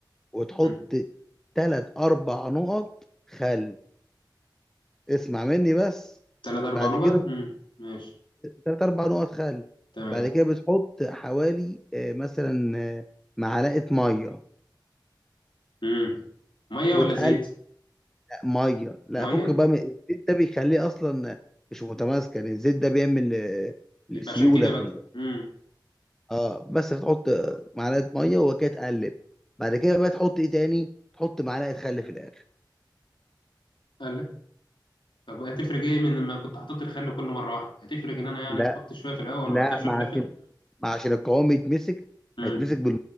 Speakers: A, in the centre; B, on the left.
A: وتحط
B: مم.
A: ثلاث اربع نقط خل اسمع مني بس
B: تلات اربع
A: بعد
B: نقط
A: كده
B: مم. ماشي
A: ثلاث اربع نقط خل
B: تمام
A: بعد كده بتحط حوالي آه، مثلا آه، معلقه ميه
B: مم. ميه
A: وتقلق
B: ولا زيت
A: ميه لا
B: ميه
A: فك بقى من- الزيت ده بيخليه اصلا مش متماسك يعني الزيت ده بيعمل آه،
B: يبقى
A: سيوله
B: عشان كده بقى
A: في
B: امم
A: اه بس بتحط معلقه ميه وكده تقلب بعد كده بقى تحط ايه تاني تحط معلقه خل في الاخر
B: قال لك طب هتفرق ايه من لما كنت حطيت الخل كل مره واحده هتفرق ان انا يعني
A: لا
B: احط شويه في الاول
A: لا
B: وبعد كده شويه
A: ما
B: في
A: عشان
B: الاخر
A: ما عشان القوام يتمسك
B: امم
A: هيتمسك بال